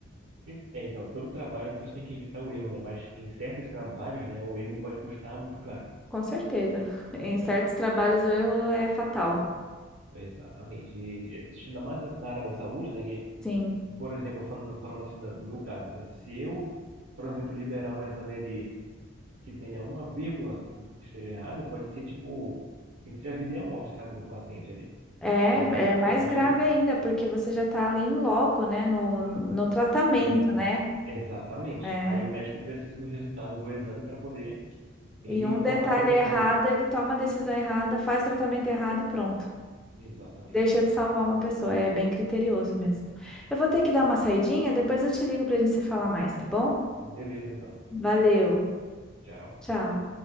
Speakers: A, on the right (about 60°); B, in the centre.
A: E- é, então, todo trabalho assim, a gente tem que evitar o erro, né? Mas em certos trabalhos, né, o erro pode custar muito caro,
B: Com certeza. <laughs> Em certos
A: né?
B: trabalhos o erro é fatal.
A: Exatamente. E existe ainda mais na área da saúde, né? Que,
B: Sim.
A: por exemplo, falando, falando assim do, do meu caso, né? Se eu, por exemplo, liberar um exame de, que tenha uma vírgula que esteja errado, pode ser tipo entre a vida e a morte, sabe, do paciente ali.
B: É,
A: Aquilo lá pode,
B: é mais
A: pode.
B: grave ainda, porque você já está ali em loco, né? No, no tratamento,
A: Exata,
B: né?
A: exatamente.
B: É.
A: Aí o médico precisa do resultado do exame para poder ele
B: E um
A: tomar
B: detalhe
A: a decisão
B: errado,
A: dele.
B: ele toma a decisão errada, faz o tratamento errado e pronto.
A: Exatamente.
B: Deixa de salvar uma pessoa, é bem criterioso mesmo. Eu vou ter que dar uma saidinha, depois eu te ligo pra gente se falar mais, tá bom?
A: Beleza, então.
B: Valeu,
A: Tchau.
B: tchau.